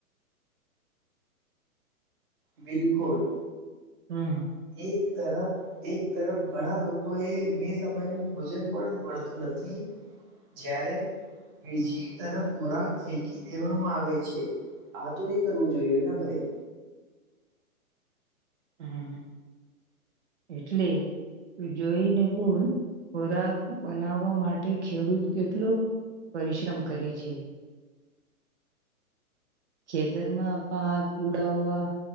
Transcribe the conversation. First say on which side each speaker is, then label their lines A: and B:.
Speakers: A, on the right; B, on the right.
A: બિલકુલ
B: હમ
A: એક તરફ એક તરફ ઘણા લોકો એ બે સમયનુ ભોજન પણ મળતું નથી. જ્યારે બીજી તરફ ખોરાક ફેંકી દેવામાં આવે છે. આ તો નઈ કરવું જોઈએ, ભાઈ
B: હમ્મ એટલે જોઈને ભૂલ ખોરાક બનાવવા માટે ખેડૂત કેટલો પરિશ્રમ કરે છે. ખેતરમાં પાક ઉડાવવા